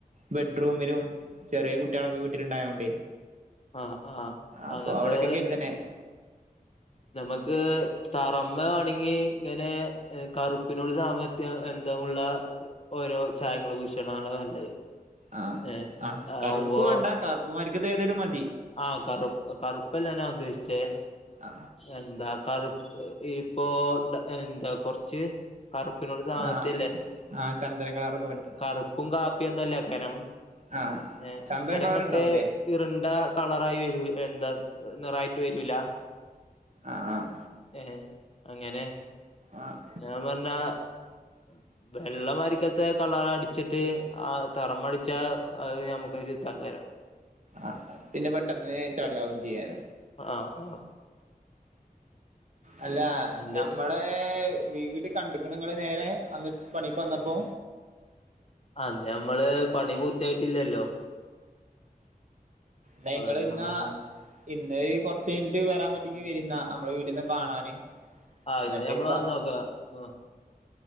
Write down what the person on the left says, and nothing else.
ആഹ് ആഹ്
അങ്ങത്തെ
നമുക്ക് തറമെ തൊടങ്ങി ഇങ്ങനെ കറുപ്പിനോട് സാമയം ബന്ധമുള്ള ഓരോ ചായങ്ങള് പൂശാണാണ് നല്ലത്
ഏഹ്
ആവുമ്പോ
ആഹ് കറുപ്പ് കറുപ്പല്ലാംനാ ഉദ്ദേശിച്ചേ
എന്താ കറുപ് ഇപ്പോ എന്താ കൊറച്ച് കറുപ്പിനോട്‌ സാമിത്യല്ലേ
കറുപ്പും കാപ്പിയോന്നല്ല കെരം
ഏഹ്
അത്രെങ്ങട്ട്
ഇറ്ണ്ടാ കളറായി വരൂ എന്താ നിറായിട്ട് വരുല്ല
ഏഹ് അങ്ങനെ
ഞാന് പറഞ് <inaudible> വെള്ളം അരിക്കത്ത കളർ അടിച്ചിട്ട് ആഹ് തറമടിച്ച അത് നമുക്കൊരുതകരം
ആഹ് ആഹ്
ഉണ്ട്
അത നമ്മള് പണി പൂർത്തിയായിട്ടില്ലല്ലോ
അതുകൊണ്ട്
നമ്മള്
ആഹ്
ഇന്ന് നമ്മള്
വന്നോക്ക ആഹ്